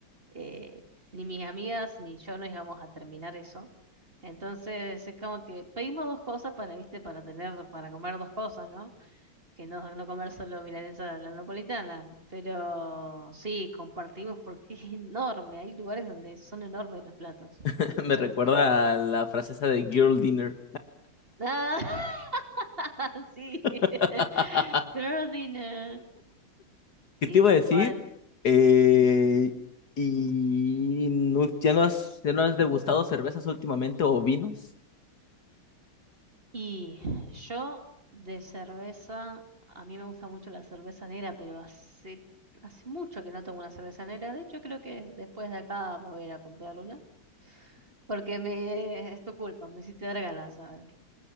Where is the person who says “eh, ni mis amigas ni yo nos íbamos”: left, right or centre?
Right